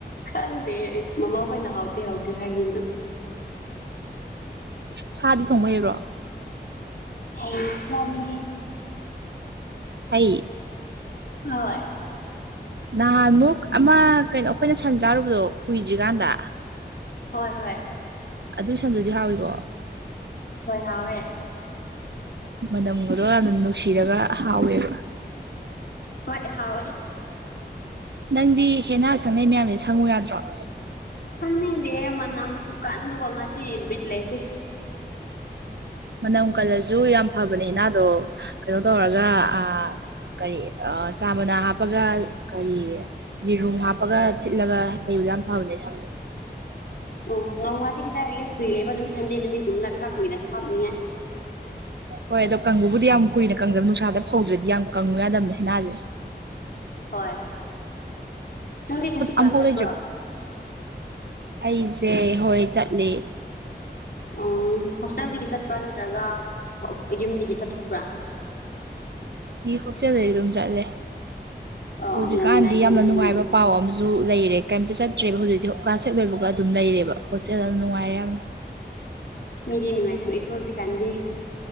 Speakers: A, on the left (about 65°); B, on the right (about 80°).
A: ꯈꯪꯗꯦ ꯃꯃꯥꯈꯣꯏꯅ ꯍꯥꯎꯇꯦ ꯍꯥꯎꯇꯦ ꯍꯥꯏꯕꯤꯅ
B: ꯁꯥꯗꯤ ꯊꯣꯡꯕ ꯍꯩꯕ꯭ꯔꯣ
A: ꯍꯩ ꯖꯥꯅꯤꯍꯦ
B: ꯍꯩ
A: ꯍꯣꯏ
B: ꯅꯍꯥꯟꯃꯨꯛ ꯑꯃ ꯀꯩꯅꯣ ꯑꯩꯈꯣꯏꯅ ꯁꯟ ꯆꯥꯔꯨꯕꯗꯣ ꯀꯨꯏꯗ꯭ꯔꯤꯀꯥꯟꯗ
A: ꯍꯣꯏ ꯍꯣꯏ
B: ꯑꯗꯨ ꯁꯟꯗꯨꯗꯤ ꯍꯥꯎꯋꯤꯀꯣ
A: ꯍꯣꯏ ꯍꯥꯎꯋꯦ
B: ꯃꯅꯝꯒꯗꯣ ꯌꯥꯝ ꯅꯨꯡꯁꯤꯔꯒ ꯍꯥꯎꯋꯦꯕ
A: ꯍꯣꯏ ꯍꯥꯎꯋꯦ
B: ꯅꯪꯗꯤ ꯍꯦꯟꯅꯥ ꯁꯪꯅꯩ ꯃꯌꯥꯝꯁꯦ ꯁꯪꯉꯨ ꯌꯥꯗ꯭ꯔꯣ
A: ꯁꯪꯅꯤꯡꯗꯦ ꯃꯅꯝ ꯈꯨꯀꯟꯗꯨꯒ ꯉꯁꯤ ꯕꯤꯠ ꯂꯩꯇꯦ
B: ꯃꯅꯝ ꯀꯜꯂꯁꯨ ꯌꯥꯝ ꯐꯕꯅꯦ ꯍꯦꯅꯥꯗꯣ ꯀꯩꯅꯣ ꯇꯧꯔꯒ ꯑ ꯀꯔꯤ ꯑꯥ ꯆꯥ ꯃꯅꯥ ꯍꯥꯞꯄꯒ ꯀꯔꯤ ꯌꯦꯔꯨꯝ ꯍꯥꯞꯄꯒ ꯊꯤꯠꯂꯒ ꯇꯩꯕꯗ ꯌꯥꯝ ꯐꯕꯅꯦ ꯁꯝ
A: ꯑꯣ ꯅꯣꯡꯃꯗꯤ ꯀꯦꯗꯥꯔꯒꯦ ꯐ꯭ꯔꯤ ꯂꯩꯕ ꯅꯨꯃꯤꯠ ꯁꯟꯗꯦ ꯅꯨꯃꯤꯠꯀꯨꯝꯕꯗ ꯈꯔ ꯀꯨꯏꯅꯁ ꯊꯥꯕꯅꯤꯉꯥꯏ
B: ꯍꯣꯏ ꯑꯗꯣ ꯀꯪꯕꯨꯗꯤ ꯌꯥꯝ ꯀꯨꯏꯅ ꯀꯪꯗꯕ ꯅꯨꯡꯁꯥꯗ ꯐꯧꯗ꯭ꯔꯗꯤ ꯌꯥꯝ ꯀꯪꯉꯨ ꯌꯥꯗꯕꯅꯦ ꯍꯦꯅꯥꯗꯤ
A: ꯍꯣꯏ ꯅꯪ ꯉꯁꯤ ꯀ꯭ꯂꯥꯁ
B: ꯑꯝꯐꯥꯎ
A: ꯆꯠꯄ꯭ꯔꯣ
B: ꯂꯩꯇ꯭ꯔꯤꯕꯣ ꯑꯩꯁꯦ ꯍꯣꯏ ꯆꯠꯂꯤ
A: ꯎ ꯍꯣꯁꯇꯦꯜꯗꯒꯤ ꯆꯠꯄ꯭ꯔꯥ ꯅꯠꯇ꯭ꯔꯒ ꯌꯨꯝꯗꯒꯤ ꯌꯦ ꯆꯠꯊꯣꯛꯄ꯭ꯔꯥ
B: ꯍꯣꯁꯇꯦꯜꯗꯗꯤ ꯑꯗꯨꯝ ꯆꯠꯂꯦ
A: ꯑꯣ
B: ꯍꯧꯖꯤꯛꯀꯥꯟꯗꯤ
A: ꯌꯥꯝ ꯅꯨꯡꯉꯥꯏꯖꯥꯠꯅꯤꯍꯦ
B: ꯌꯥꯝꯅ ꯅꯨꯡꯉꯥꯏꯕ
A: ꯃꯤꯗꯤ
B: ꯄꯥꯎ ꯑꯃꯁꯨ ꯨ ꯂꯩꯔꯦ ꯀꯩꯇ ꯆꯠꯇ꯭ꯔꯦꯕ ꯍꯧꯖꯤꯛꯇꯤ ꯀ ꯁꯦꯛ ꯂꯣꯏꯕꯒ ꯑꯗꯨꯝ ꯂꯩꯔꯦꯕ ꯅꯨꯡꯉꯥꯏꯔꯦ ꯌꯥꯝ
A: ꯃꯦꯗꯤ ꯅꯨꯡꯉꯥꯏꯊꯨ ꯏꯀꯣ ꯍꯧꯖꯤ ꯀꯥꯟꯗꯤ